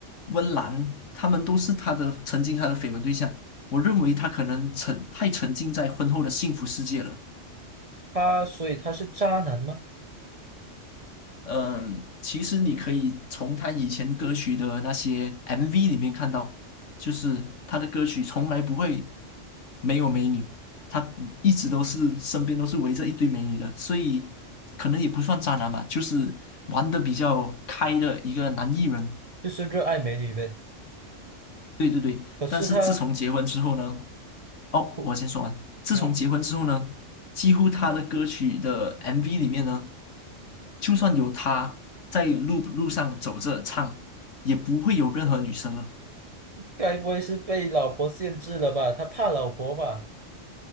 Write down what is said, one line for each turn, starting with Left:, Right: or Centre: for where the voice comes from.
Left: 温岚，他们都是他的曾经他的绯闻对象。我认为他可能沉太沉浸在婚后的幸福世界了。
Right: 他所以他是渣男吗？
Left: 嗯，其实你可以从他以前歌曲的那些 MV 里面看到，就是他的歌曲从来不会没有美女，他一直都是身边都是围着一堆美女的，所以可能也不算渣男嘛，就是玩的比较开的一个男艺人。
Right: 就是热爱美女呗，
Left: 对对对，
Right: 可是他
Left: 但是自从结婚之后呢，哦，
Right: 哭
Left: 我先说完。自从结婚之后呢，
Right: 啊，
Left: 几乎他的歌曲的 MV 里面呢，就算有他在路路上走着唱，也不会有任何女生了，
Right: 该不会是被老婆限制了吧？他怕老婆吧？